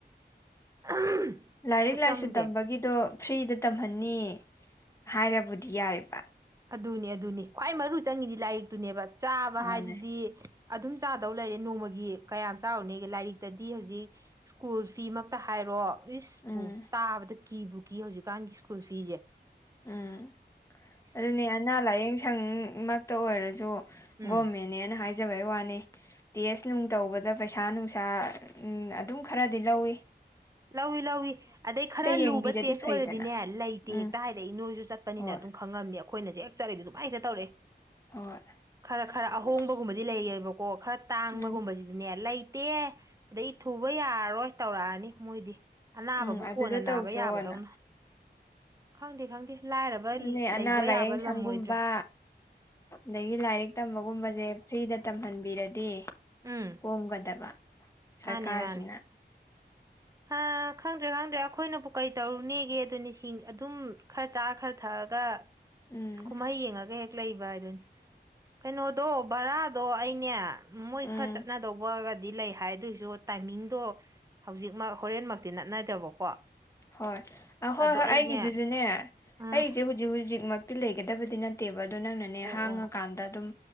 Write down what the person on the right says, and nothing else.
<unintelligible>
ꯈꯨꯆꯪꯁꯦ
ꯑꯗꯨꯅꯤ ꯑꯗꯨꯅꯤ ꯈ꯭ꯋꯥꯏ ꯃꯔꯨ ꯆꯪꯉꯤꯗꯤ ꯂꯥꯏꯔꯤꯛꯇꯨꯅꯦꯕ ꯆꯥꯕ
ꯍꯥꯏꯗꯨꯗꯤ ꯑꯗꯨꯝ ꯆꯥꯗꯧ ꯂꯩꯔꯦ ꯅꯣꯡꯃꯒꯤ ꯀꯌꯥꯝ ꯆꯥꯔꯨꯅꯤꯒꯦ ꯂꯥꯏꯔꯤꯛꯇꯗꯤ ꯍꯧꯖꯤꯛ ꯁ꯭ꯀꯨꯜ ꯐꯤꯃꯛꯇ ꯍꯥꯏꯔꯣ ꯏꯁꯄꯨ
ꯇꯥꯕꯗ ꯀꯤꯕꯨ ꯀꯤ ꯍꯧꯖꯤꯛꯀꯥꯟꯒꯤ ꯁ꯭ꯀꯨꯜ ꯐꯤꯁꯦ꯫
ꯎꯝ
ꯂꯧꯏ ꯂꯧꯏ ꯑꯗꯩ ꯈꯔ
ꯂꯨꯕ ꯇꯦꯁ
ꯑꯣꯏꯔꯗꯤꯅꯦ ꯂꯩꯇꯦ
ꯍꯦꯛꯇ ꯍꯥꯏꯔꯛꯏ꯫ ꯅꯣꯏꯁꯨ ꯆꯠꯄꯅꯤꯅ
ꯑꯗꯨꯝ ꯈꯪꯉꯝꯅꯤ ꯑꯈꯣꯏꯅꯗꯤ ꯍꯦꯛ ꯆꯠꯂꯤꯗꯣ ꯗꯨꯃꯥꯏ ꯍꯦꯛꯇ ꯇꯧꯔꯦ꯫
ꯈꯔ ꯈꯔ ꯑꯍꯣꯡꯕꯒꯨꯝꯕꯗꯤ
ꯂꯩꯌꯦꯕꯀꯣ ꯈꯔ ꯇꯥꯡꯕꯒꯨꯝꯕꯁꯤꯗꯤꯅꯦ
ꯂꯩ ꯇꯦ ꯑꯗꯩ ꯊꯨꯕ ꯌꯥꯔꯔꯣꯏ ꯇꯧꯔꯛꯑꯅꯤ ꯃꯣꯏꯗꯤ꯫ ꯑꯅꯥꯕꯕꯨ
ꯀꯣꯟꯅ
ꯅꯥꯕ ꯌꯥꯕꯗꯧꯅ꯫ ꯈꯪꯗꯦ ꯈꯪꯗꯦ ꯂꯥꯏꯔꯕ
ꯂꯩꯕ
ꯌꯥꯕ ꯂꯝꯃꯣꯏꯗ꯭ꯔꯦ꯫
ꯎꯝ
ꯃꯥꯅꯤ ꯃꯥꯅꯤ ꯍꯥ ꯈꯪꯗ꯭ꯔꯦ ꯈꯪꯗ꯭ꯔꯦ ꯑꯈꯣꯏꯅꯕꯨ ꯀꯩ ꯇꯧꯔꯨꯅꯦꯒꯦ ꯑꯗꯨꯅꯤ ꯍꯤꯡ ꯑꯗꯨꯝ ꯈꯔ ꯆꯥꯔ ꯈꯔ ꯊꯛꯑꯒ
ꯀꯨꯝꯍꯩ ꯌꯦꯡꯉꯒ ꯍꯦꯛ ꯂꯩꯕ ꯍꯥꯏꯗꯨꯅꯤ ꯀꯩꯅꯣꯗꯣ ꯚꯔꯥꯗꯣ ꯑꯩꯅꯦ ꯃꯣꯏ
ꯈꯔ ꯆꯠꯅꯗꯧꯕꯒꯗꯤ ꯂꯩ ꯍꯥꯏ ꯑꯗꯨꯏꯁꯨ ꯇꯥꯏꯃꯤꯡꯗꯣ ꯍꯧꯖꯤꯛ ꯍꯣꯔꯦꯟꯃꯛꯇꯤ ꯅꯠꯅꯗꯕꯀꯣ꯫
ꯑꯗꯣ
ꯑꯩꯅꯦ
ꯑꯥ
ꯑꯣ
ꯑꯣ